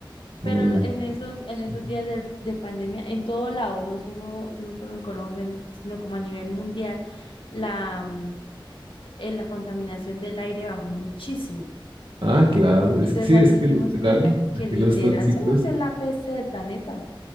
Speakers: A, on the left; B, on the right.
A: Pero
B: Uno ya
A: l-
B: que...
A: en esos,
B: que-
A: en
B: sí.
A: esos días de, de pandemia, en todo lado, no solo, no solo en Colombia, ni- sino como a nivel mundial, la, mm, eh, la contaminación del aire bajó muchísimo.
B: Ah, claro,
A: Entonces
B: es que sí,
A: ahí
B: es
A: nos
B: que
A: dimos
B: literal,
A: cuenta que
B: aquí
A: literal
B: los tóxicos.
A: somos el APC del planeta.